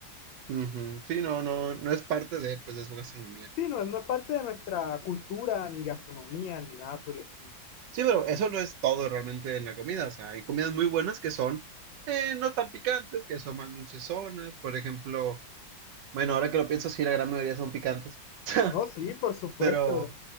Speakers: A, on the right; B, on the left.
A: ujú. Sí, no, no, no es parte de, pues, de su gastronomía.
B: Sí, no, no es parte de nuestra cultura, ni gastronomía, ni nada por el estilo.
A: Sí, pero eso no es todo realmente en la comida. O sea, hay comidas muy buenas que son eh, no tan picantes, que son más dulcezonas. Por ejemplo, bueno, ahora que lo pienso, sí, la gran mayoría son picantes. <laughs>
B: No, sí, por supuesto.
A: Pero,